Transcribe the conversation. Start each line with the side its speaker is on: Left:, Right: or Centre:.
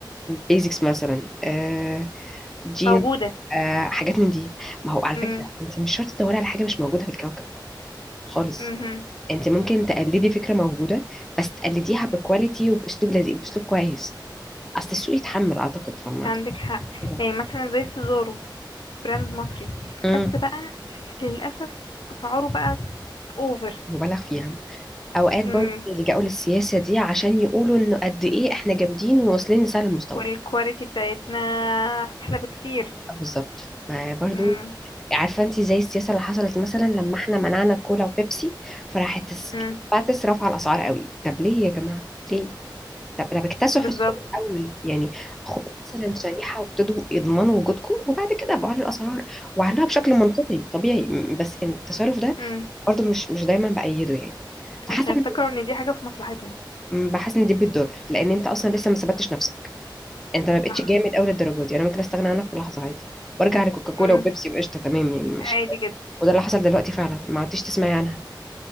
Centre: بيزكس مثلا آه، جين
Left: موجودة
Centre: آه، حاجات من دي ما هو على
Left: امم
Centre: فكره انت مش شرط تدوري على حاجه مش موجوده في الكوكب خالص
Left: امم
Centre: انت ممكن تقلدي فكره موجوده بس تقلديها بكواليتي وباسلوب لذيذ باسلوب كويس اصل السوق يتحمل اعتقد فما
Left: عندك
Centre: اعتقدش
Left: حق
Centre: كده
Left: يعني مثلا زي سيزارو براند مصري
Centre: امم
Left: بس بقى للأسف أسعاره بقت أوفر
Centre: مبالغ فيها اوقات برضه
Left: امم
Centre: بيلجأوا للسياسه دي عشان يقولوا انه قد ايه احنا جامدين وواصلين لسعر المستورد
Left: والكواليتي بتاعتنا أحلى بكتير
Centre: آه، بالظبط ما برضه
Left: امم
Centre: عارفه انت زي السياسه اللي حصلت مثلا لما احنا منعنا الكولا وبيبسي فراحت الس-
Left: امم
Centre: باتس رفع الاسعار قوي طب ليه يا جماعه ليه طب ده بكتسحوا
Left: بالظبط
Centre: السوق الاول يعني خدوا مثلا شريحه وابتدوا يضمنوا وجودكم وبعد كده بعلوا الاسعار وعلوها بشكل منطقي طبيعي م- بس إن التصرف ده
Left: امم
Centre: برضه مش مش دايما بايده يعني فحاسه
Left: عشان
Centre: إن-
Left: يفتكروا ان دي حاجة في مصلحتهم
Centre: م- بحس ان دي بتضر لان انت اصلا لسه ما ثبتتش نفسك انت ما بقتش
Left: صح
Centre: جامد قوي للدرجه دي انا ممكن استغنى عنك في لحظه عادي وارجع لكوكاكولا
Left: امم
Centre: وبيبسي وقشطه تمام يعني مش
Left: عادي جدا
Centre: وده اللي حصل دلوقتي فعلا ما عدتش تسمعي عنها